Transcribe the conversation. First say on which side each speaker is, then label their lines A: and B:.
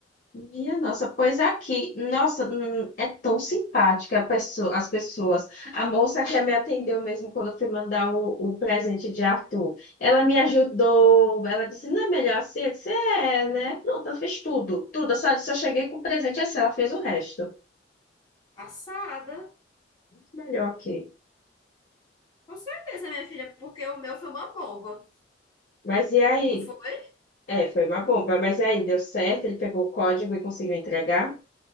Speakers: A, on the left (about 45°); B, on the left (about 20°).
A: Minha nossa, pois é aqui, nossa, hum, é tão simpática a pessoa, as pessoas. A moça que me atendeu mesmo quando eu fui mandar o, o presente de Arthur, ela me ajudou, ela disse, não é melhor assim? Eu disse, é, né? Pronto, ela fez tudo, tudo, eu só, só cheguei com o presente assim, ela fez o resto.
B: Passada.
A: Melhor aqui.
B: Com certeza, minha filha, porque o meu foi uma boba,
A: Mas e aí?
B: não foi?
A: É, foi uma bomba, mas e aí, deu certo, ele pegou o código e conseguiu entregar?